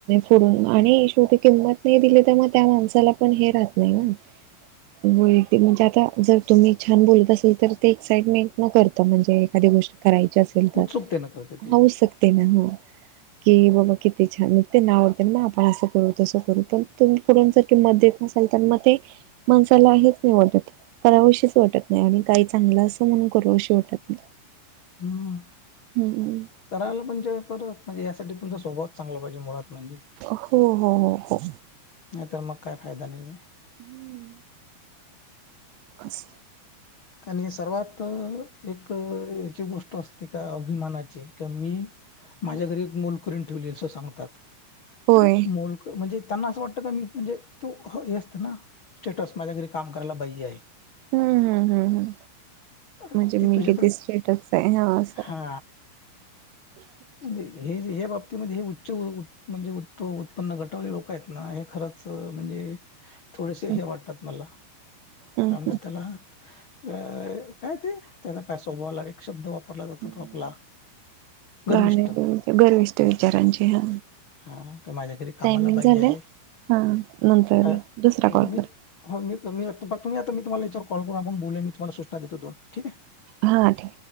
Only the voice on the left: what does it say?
उत्सुकतेनं करते ते.
हा.
<inaudible> हुम्म
करायला पण जे पर म्हणजे यासाठी तुमचा स्वभावाच चांगला पाहिजे मुळात. म्हणजे
नाही तरर मग काय फायदा नाहीे
ह
आणि सर्वात एक याची गोष्ट असते का अभिमानाची कि मी माझ्या घरी मोलकरीन ठेवली अस सांगतात
अरे मोल म्हणजे त्यांना असं वाटतं का मी म्हणजे तो हे असतं ना स्टेटस माझ्या घरी काम करायला बाई्य आहे
अरे
ती तुझ्याकडे
हा म्हणजे हे हे बाप् ते म्हणजे उच्च म्हणजे उत्पन्न गटावले लोक आहेत ना हे खरंच म्हणजे थोडेसे
हे वाटतात मला
का तर त्याला अ काय ते त्यांना काय स्वभाव लागे शब्द वापरला जातो
तो आपला गर्विष्ठ
हा माझ्या तरी कामाला
बाई
आहे
अ,
हा
मी
हो मी मी आता तुम्ही आता मी तुम्हाला याच्यावर कॉल करून आपण बोलूया आणि मी तूम्हाला सूचना देतो दोन ठीक आहे.